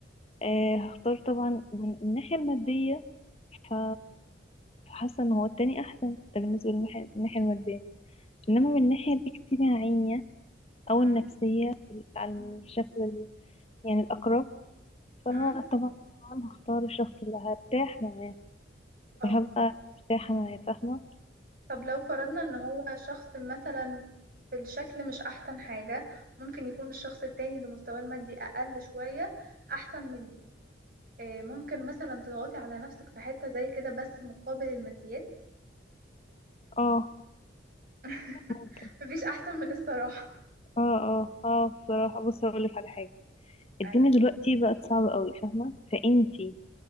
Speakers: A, on the left (about 30°); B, on the right (about 50°).
A: آه هختار طبعا من الناحية المادية ف فحاسة ان هو التاني احسن ده بالنسبة للناحية الناحية المادية انما من الناحية الاجتماعية او
B: مم.
A: النفسية على
B: مم.
A: الشكل ال- يعني الاقرب فطبعا
B: مم.
A: هختار الشخص اللي هرتاح معاه
B: اه
A: هبقى مرتاحة معاه فاهمة
B: طب لو فرضنا ان هو شخص مثلا في الشكل مش احسن حاجة ممكن يكون الشخص التاني اللي مستواه المادي اقل شوية احسن منه آه، ممكن مثلا تضغطي على نفسك في حتة زي كده بس مقابل الماديات
A: اه
B: <laughs>
A: ممكن
B: مفيش أحسن من الصراحة
A: اه اه اه بصراحة بص هقولك على حاجة الدنيا
B: اي
A: دلوقتي بقت صعبة قوي فاهمة فانتي